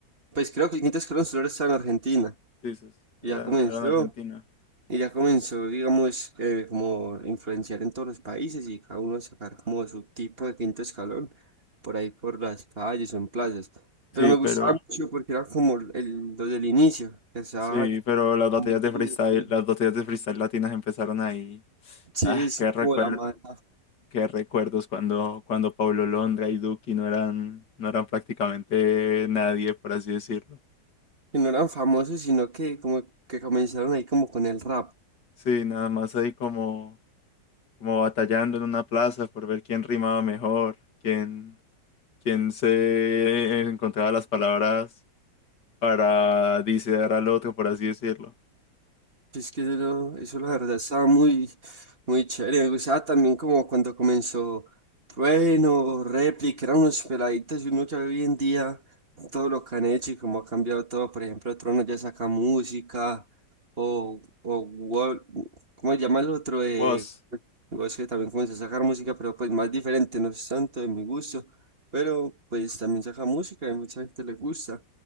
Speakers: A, on the right (about 35°); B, on the left (about 70°).
A: pues creo que el quinto escalón solo está en Argentina,
B: Sí, sí, sí. eran
A: y ya comenzó,
B: eran en Argentina.
A: Y ya comenzó, digamos, eh, como influenciar en todos los países y cada uno a sacar como su tipo de quinto escalón por ahí por las calles o en plazas. Pero
B: Sí,
A: me gustaba
B: pero,
A: mucho porque era como el, lo del inicio, que estaba
B: sí, pero las batallas
A: en YouTube
B: de freestyle,
A: y
B: las batallas de freestyle latinas empezaron ahí.
A: sí,
B: Ah,
A: es
B: qué recuerdo,
A: como la mala,
B: qué recuerdos cuando, cuando Pablo Londra y Duki no eran, no eran prácticamente nadie, por así decirlo.
A: que no eran famosos, sino que como que comenzaron ahí como con el rap.
B: Sí, nada más ahí como como batallando en una plaza por ver quién rimaba mejor, quién, quién se encontraba las palabras para disear al otro, por así decirlo.
A: Es que eso, eso la verdad estaba muy, muy chévere. Me gustaba también como cuando comenzó Trueno, Réplica, eran unos peladitos y uno ya hoy en día todo lo que han hecho y cómo ha cambiado todo. Por ejemplo, Trueno ya saca música o, o Wol- ¿cómo se llama el otro? Eh,
B: Woz,
A: es que también comenzó a sacar música, pero pues más diferente, no es tanto de mi gusto. Pero pues también saca música y mucha gente le gusta.